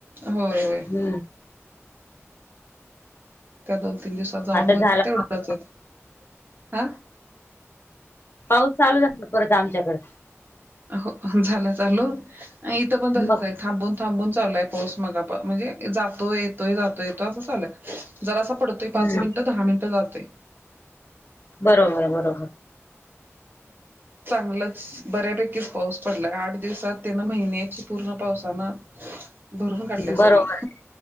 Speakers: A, on the right; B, on the left.
A: होय होय.
B: हम्म.
A: त्या दोन, तीन दिवसात जाऊन
B: आता झाला
A: मग तेवढंच
B: पाऊस
A: येतोय. हा
B: पाऊस चालू झाला, परत आमच्याकड.
A: हो ह झालं चालू. इथं पण तसच
B: मग
A: आहे, थांबून थांबून चालू हाय. पाऊस मगा पा -म्हणजे जातो येतोय, जातो येतो असं चालू हाय. जरासा पडतोय
B: हम्म.
A: पाच मिनिटं, दहा मिनिटं जातोय.
B: बरोबर बरोबर.
A: चांगलंच. बऱ्यापैकीच पाऊस पडलाय आठ दिवसात त्येनं महिन्याची पूर्ण पावसान भरून काढल्या सगळी.
B: बरोबर आहे